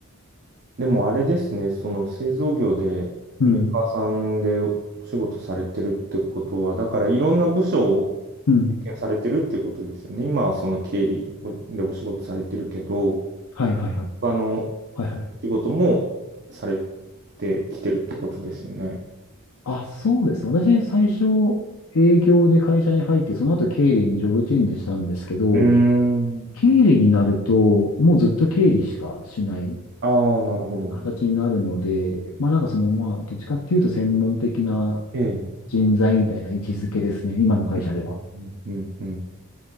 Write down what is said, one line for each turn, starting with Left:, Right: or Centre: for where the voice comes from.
Right: でもあれですね、その製造業でメーカーさんでお仕事されてるってことは、
Left: うん。
Right: だからいろんな部署を
Left: うん。
Right: 経験されてるっていうことですよね。今はその経理をでお仕事されてるけど、
Left: はいはいはい。
Right: 他の
Left: はいはい。
Right: お仕事もされてきてるってことですよね。
Left: あ、そうですね。私、最初、営業で会社に入って、その後経理にジョブチェンジしたんですけど、
Right: うーん。
Left: 経理になると、もうずっと経理しかしない
Right: ああ、なるほど。
Left: 形になるので、まあなんかその、まあ、どっちかっていうと専門的な
Right: ええ。
Left: 人材みたいな位置づけですね。今の会社では。
Right: うんうんうんうん。な